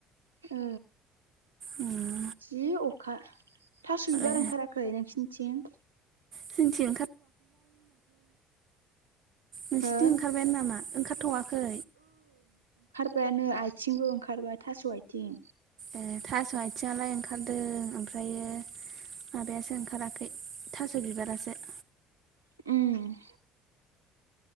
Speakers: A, on the right (about 80°); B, on the right (about 45°).
A: ओ।
B: उम।
A: जि अखा। थास' बिबार
B: ए
A: ओंखाराखै नोंसिनिथिं?
B: जोंथिं नोंसिथिं
A: हो
B: ओंखारबायानो नामा ओंखारथ'वाखै।
A: बायानो आयथिंबो ओंखारबाय थास' आयथिं
B: ओ थास' आयथिङालाय ओंखारदों ओमफ्रायो माबायासो ओंखाराखै थास' बिबारासो
A: उम